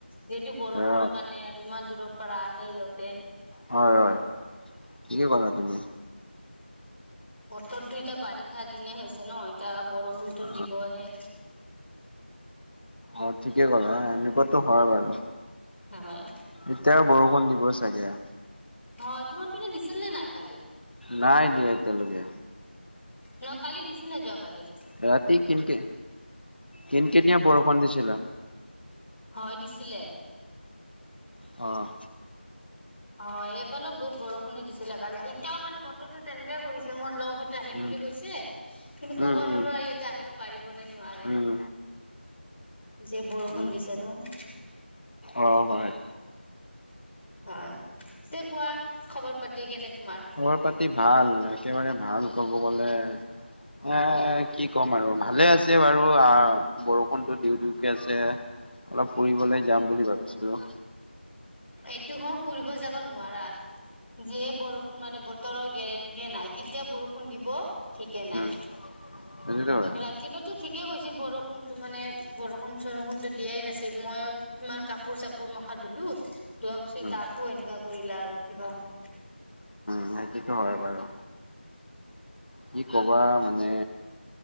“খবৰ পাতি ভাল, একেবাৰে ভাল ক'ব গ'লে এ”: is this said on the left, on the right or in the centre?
Left